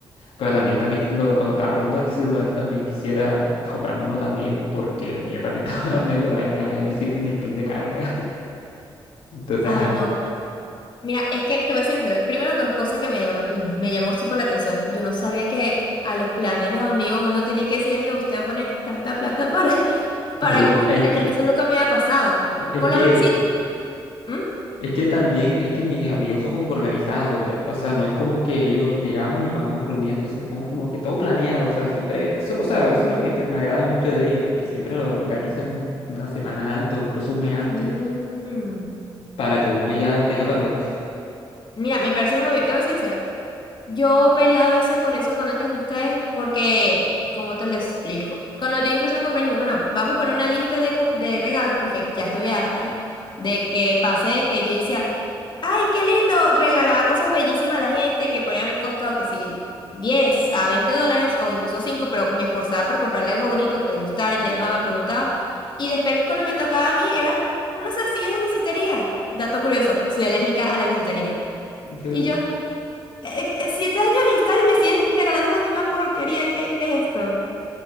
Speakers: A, on the left; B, on the left.
A: Pero también, también qui- lo- cuando estaba hablando del celular, también quisiera comprarme uno también, porque el mío también <laughs> estaba medio dañado, ya ni sirve ni el pin de carga. Entonces,
B: Ay,
A: ajá,
B: no. Mira, es que te voy a ser sincera. Primero, dos cosas que me, llam- me llamó súper la atención. Yo no sabía que a los planes, los amigos, uno tenía que decirle, mira, usted va a poner tanta plata para, <laughs> para
A: du-
B: el cumpleaños.
A: es que,
B: Eso nunca me había pasado.
A: es
B: Por
A: que,
B: lo menos sí. ¿Mm?
A: es que también, es que mis amigos son como que organizados ya. O sea, no es como que ellos llegamos y vamos reuniendo. O sea, es como, como que todo planeado. O sea, siempre, eso, o sea, eso es lo que me, ca- me agrada mucho de ellos, porque siempre lo organizan un- una semana antes o incluso un mes antes,
B: Mm.
A: para que uno ya tenga para reunirse.
B: Mira, me parece muy bien. Te voy a ser sincera. Yo he peleado a veces con eso con otras amistades porque, ¿cómo te lo explico? Cuando yo incluso me compré, dije, bueno, vamos a poner una lista de, co- de regalos porque ya estoy harta de que pasé, que yo decía, ay, qué lindo, regalaba cosas bellísimas a la gente que podría haber costado que sí, 10 a 20 dólares o incluso cinco pero me esforzaba por comprarle algo bonito que le gustara, llamaba, preguntaba. Y después cuando me tocaba a mí era unas arcillas de bisutería. Dato curioso, soy alérgica a la bisutería.
A: Duh.
B: Y yo, eh, eh, siete años de amistad y me siguen regalando la misma porquería que esto.